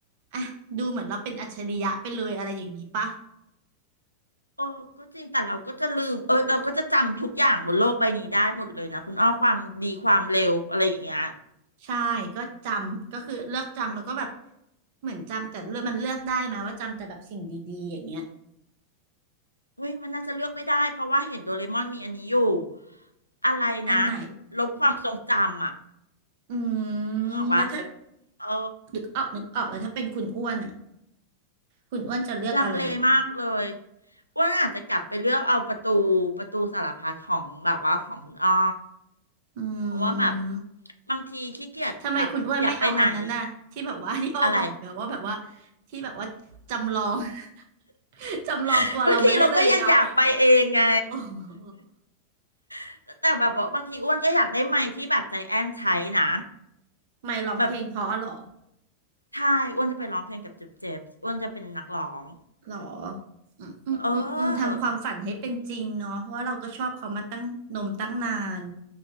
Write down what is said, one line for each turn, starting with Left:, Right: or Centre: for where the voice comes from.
Right: อ่ะดูเหมือนเราเป็นอัจฉริยะไปเลยอะไรอย่างนี้ปะ
Left: <laughs> โอ้ก็จริงแต่เราก็จะลืมเออเราก็จะจำทุกอย่างบนโลกใบนี้ได้หมดเลยนะคุณอ้อความดีความเร็วอะไรอย่างเงี้ย
Right: ใช่ก็จำก็คือเลือกจำแล้วก็แบบเหมือนจำแต่เลือกมันเลือกได้ไหมว่าจำแต่แบบสิ่งดีๆอย่างเงี้ย
Left: อุ้ยมันน่าจะเลือกไม่ได้เพราะว่าเห็นโดเรมอนมีอันนี้อยู่อะไรนะ
Right: อันไหน
Left: ลบความทรงจำอ่ะ
Right: อื
Left: นึกออกปะ
Right: มแล้วถ้า
Left: เออ
Right: นึกออกนึกออกแล้วถ้าเป็นคุณอ้วนอ่ะ คุณอ้วนจะเลือกอะไร
Left: ลังเลมากเลยอ้วนอาจจะกลับไปเลือกเอาประตูประตูสารพัดของแบบว่าของคุณอ้อ
Right: อื
Left: เพราะว่าแบบ
Right: ม
Left: บางทีขี้เกียจแบบอยากไปไหนอะ
Right: ทำไมคุณอ้วนไม่เอาอันนั้นน่ะที่แบบว่า <laughs> ที่อ้อบอกอะว่าแบบว่า
Left: อะไร
Right: ที่แบบว่าจำลอง <laughs> จำลองตัวเรามาได้เลยเงาอย่างเงี้ย
Left: <laughs> บางทีเราก็ยังอยากไปเองไง
Right: โอ้โห
Left: <laughs> แต่แบบว่าบางทีอ้วนก็อยากได้ไมค์ที่แบบใจแอนใช้นะ
Right: ไม่ร้องเพลงเพราะเหรอ
Left: แบบใช่อ้วนจะไปร้องเพลงกับเจ็บเจ็บอ้วนจะเป็นนักร้อง
Right: หรออืมอืมอืมอืมทำความฝันให้เป็นจริงเนาะว่าเราก็ชอบเขามาตั้งนมตั้งนาน
Left: เออ